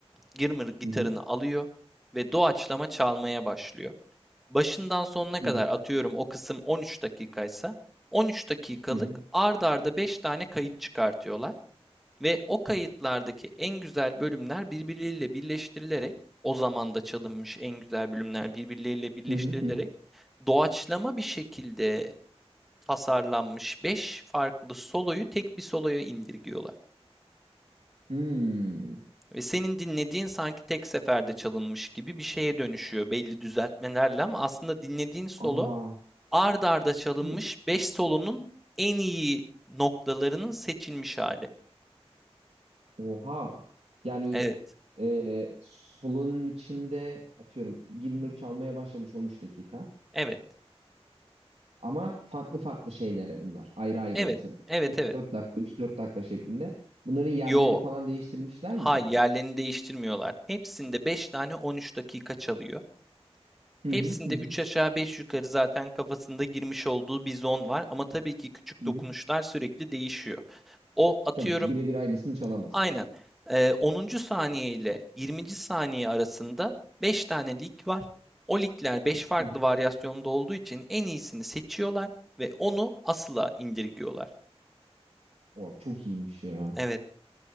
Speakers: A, in the centre; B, on the right.
A: Gilmour gitarını
B: Hı hı.
A: alıyor ve doğaçlama çalmaya başlıyor. başından sonuna
B: Hı
A: kadar
B: hı.
A: atıyorum o kısım 13 dakikaysa 13 dakikalık
B: Hı hı.
A: ard arda 5 tane kayıt çıkartıyorlar ve o kayıtlardaki en güzel bölümler birbirleriyle birleştirilerek o zaman da çalınmış en güzel bölümler birbirleriyle birleştirilerek
B: Hı hı. Hı hı.
A: doğaçlama bir şekilde tasarlanmış 5 farklı soloyu tek bir soloya indirgiyorlar.
B: Hmm.
A: Ve senin dinlediğin sanki tek seferde çalınmış gibi bir şeye dönüşüyor belli düzeltmelerle ama aslında dinlediğin solo
B: Aa.
A: ard arda çalınmış
B: Şimdi
A: 5 solonun en iyi noktalarının seçilmiş hali.
B: Oha. Yani
A: Evet,
B: e, solunun içinde atıyorum Gilmour çalmaya başlamış 13 dakika.
A: evet,
B: Ama farklı farklı şeylere bunlar. Ayrı ayrı
A: evet,
B: mesela
A: evet,
B: 3-4
A: evet.
B: dakika 3-4 dakika şeklinde. Bunların yerlerini
A: Yo,
B: falan değiştirmişler
A: hay
B: mi peki?
A: yerlerini değiştirmiyorlar. Hepsinde 5 tane 13 dakika çalıyor.
B: Hı
A: Hepsinde
B: hı hı hı.
A: 3 aşağı beş yukarı zaten kafasında girmiş olduğu bir zon var. Ama tabii ki küçük
B: hı
A: dokunuşlar
B: hı.
A: sürekli değişiyor. O atıyorum
B: Tabii ki birebir aynısını çalamaz.
A: Aynen. Eee, 10. saniye ile yirminci saniye arasında 5 tane lig var. O ligler 5 farklı
B: Hı hı.
A: varyasyonda olduğu için en iyisini seçiyorlar ve onu asıla indirgiyorlar.
B: O çok iyiymiş ya.
A: Evet.